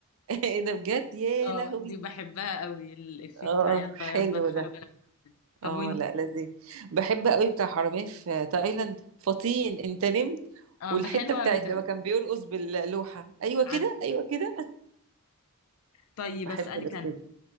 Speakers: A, on the right; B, on the left.
A: <laughs> ايه ده بجد يا
B: اه
A: لهوي
B: دي بحبها قوي الافيه
A: اه
B: بتاع يلا
A: حلو
B: ياض بلا خاله
A: ده
B: بلا ماله طب
A: اه
B: وانت
A: لا لذيذ بحب قوي بتاع حرامية في تايلاند فطين انت نمت
B: اه
A: والحتة
B: ده حلو
A: بتاعت
B: قوي ده
A: لما كان بيرقص باللوحة ايوه كده
B: عارف
A: ايوه كده
B: طيب
A: بحب
B: اسالك
A: الافيه
B: انا
A: ده